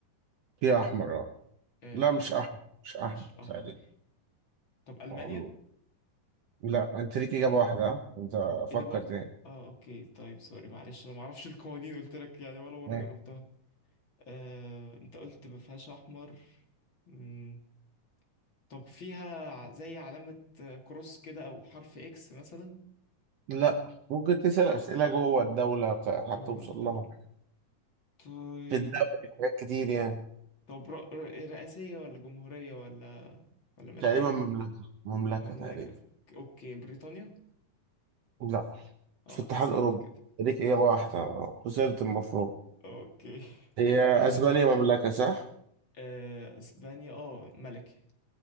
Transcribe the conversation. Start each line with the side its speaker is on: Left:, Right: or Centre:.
Right: في أحمر أه
Left: آم،
Right: لا مش أحمر مش أحمر
Left: مش أحمر
Right: تقريبا
Left: طب ألمانيا
Right: معروف. لا أنت ليك إجابة واحدة آه. أنت فكر
Left: إجابة
Right: تاني
Left: اه اوكي طيب سوري معلش انا ما اعرفش القوانين قلت لك يعني ولا مرة
Right: إيه؟
Left: جربتها آه، انت قلت ما فيهاش احمر مم. طب فيها ع- زي علامة آه، كروس كده او حرف اكس مثلا
Right: لا ممكن تسأل أسئلة جوه الدولة ت- هتوصل
Left: جوه الدولة
Right: لها
Left: طيب
Right: في الدولة حاجات كتير يعني
Left: طب ر- ر- رئاسية ولا جمهورية ولا ولا ملكية
Right: تقريبا مملكة مملكة
Left: مملكة
Right: تقريبا
Left: اوكي بريطانيا
Right: لا
Left: اه
Right: في اتحاد
Left: <laughs> خسرت
Right: أوروبي
Left: كده
Right: ليك إجابة
Left: ال-
Right: واحدة آه. خسرت
Left: آه،
Right: المفروض
Left: اوكي <laughs>
Right: هي
Left: ماشي
Right: اسبانيا مملكة صح؟
Left: آه، اسبانيا اه ملكي